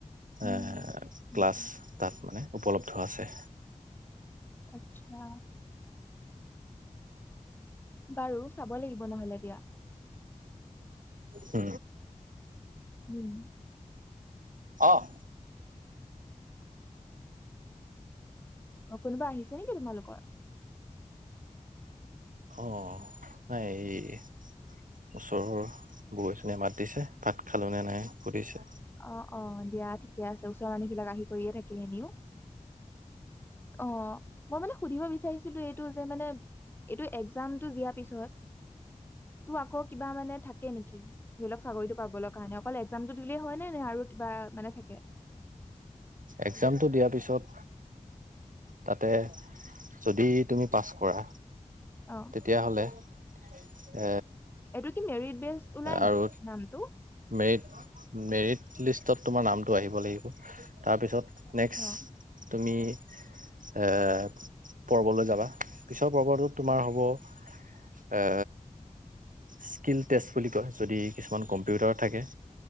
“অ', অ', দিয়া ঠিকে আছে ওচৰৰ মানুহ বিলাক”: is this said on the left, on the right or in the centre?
Left